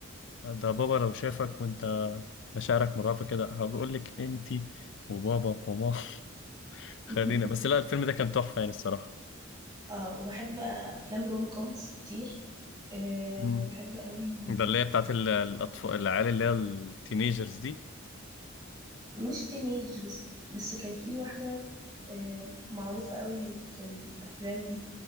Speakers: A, on the left (about 60°); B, on the right (about 20°).
A: ده بابا لو شافك وانت مشاعرك مرهفة كده هقول لك انت وبابا وماما <laughs> خلينا
B: <laughs>
A: بس لا الفيلم ده كان تحفة يعني الصراحة
B: اه وبحب افلام روم كومز كتير أه
A: مم.
B: بحب قوي
A: ده اللي هي بتاعت ال- الأطفال العيال اللي هي التينيجرز دي
B: مش تينيجرز بس كان في واحده أه معروفه قوي في الافلام دي